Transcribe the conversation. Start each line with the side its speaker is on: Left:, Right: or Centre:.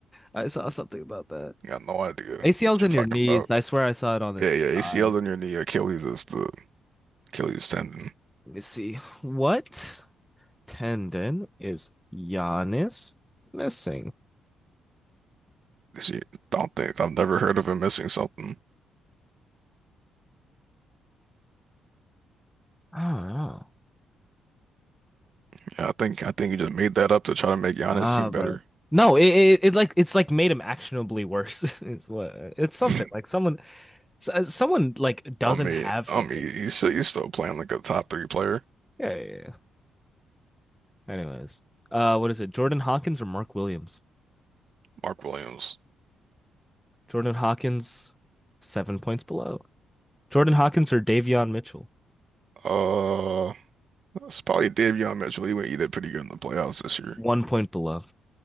Centre: I I saw something about that.
Right: I got no idea
Centre: ACL's
Right: what you're
Centre: in
Right: talking
Centre: your knees.
Right: about.
Centre: I swear I saw it on his
Right: Yeah, yeah,
Centre: thigh.
Right: ACL in your knee, Achilles is the Achilles tendon.
Centre: Let me see. What tendon is Giannis missing?
Right: See, don't think I've never heard of him missing something.
Centre: I don't know.
Right: Yeah, I think I think you just made that up to try to make Giannis
Centre: Ah,
Right: seem
Centre: bro.
Right: better.
Centre: No, it, it it like it's like made him actionably worse. <laughs> It's what it's something
Right: <laughs>
Centre: like someone s- uh, someone like doesn't
Right: I mean,
Centre: have
Right: I
Centre: something.
Right: mean, he's still, he's still playing like a top three player.
Centre: Yeah, yeah, yeah. Anyways, uh, what is it? Jordan Hawkins or Mark Williams?
Right: Mark Williams.
Centre: Jordan Hawkins, seven points below. Jordan Hawkins or Davion Mitchell,
Right: Uh, it's probably Davion Mitchell. He went either pretty good in the playoffs this year.
Centre: one point below.